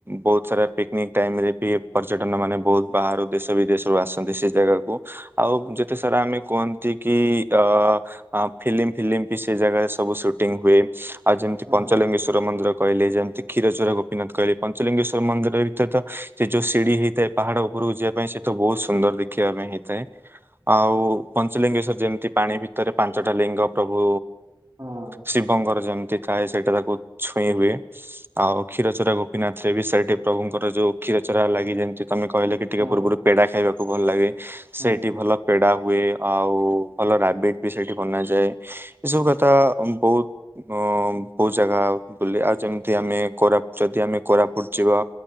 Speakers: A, on the right; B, on the right.
A: ବହୁତ ସାରା ପିକନିକ ଟାଇମ ରେ ବି ପର୍ଯ୍ୟଟନ ମାନେ ବହୁତ ବାହାରୁ ଦେଶ ବିଦେଶରୁୁ ଆସନ୍ତି ସେ ଜାଗାକୁ। ଆଉ ଯେତେ ସାରା ଆମେ କୁହନ୍ତି କି ଅ ଫିଲ୍ମ ଫିଲ୍ମ ବି ସେ ଜାଗାରେ ସବୁ ସୁଟିଂ ହୁଏ ଆଉ ଯେମିତି
B: ହଁ
A: ପଞ୍ଚଲିଙ୍ଗେଶ୍ଵର ମନ୍ଦିର କହିଲି ଯେମିତି କ୍ଷୀର ଚୋର ଗୋପୀନାଥ କହିଲି, ପଞ୍ଚଲିଙ୍ଗେଶ୍ଵର ମନ୍ଦିର ଭିତରେ ତ ସେ ଯୋଉ ସିଢି ହେଇଥାଏ ପାହାଡ ଉପରକୁ ଯିବା ପାଇଁ ସେ ତ ବହୁତ ସୁନ୍ଦର ଦେଖିବା ପାଇଁ ହେଇଥାଏ। ଆଉ ପଞ୍ଚଲିଙ୍ଗେଶ୍ଵର ଯେମିତି ପାଣି ଭିତରେ ପାଞ୍ଚଟା ଲିଙ୍ଗ ପ୍ରଭୁ
B: ହଁ
A: ଶିବଙ୍କର ଯେମିତି ଥାଏ ସେଇଟା ତାକୁ ଛୁଇଁ ହୁଏ। ଆଉ କ୍ଷୀର ଚୋରା ଗୋପୀନାଥ ରେ ବି ସେଇଠି ପ୍ରଭୁଙ୍କର ଯୋଉ କ୍ଷୀର ଚୋରା ଲାଗି ଯେମିତି ତମେ କହିଲେ କି ଟିକେ
B: ହଁ
A: ପୂର୍ବରୁ ପେଡା ଖାଇବାକୁ ଭଲ ଲାଗେ
B: ହଁ
A: ସେଇଠି ଭଲ ପେଡା ହୁଏ। ଆଉ ଭଲ ରାବିଟ ବି ସେଇଠି ବନାଯାଏ। ଏସବୁ କଥା ବହୁତ ଅ ବହୁତ ଜାଗା ବୁଲେ ଆଉ ଯେମିତି ଆମେ କୋରା ଯଦି ଆମେ କୋରାପୁଟ ଯିବା।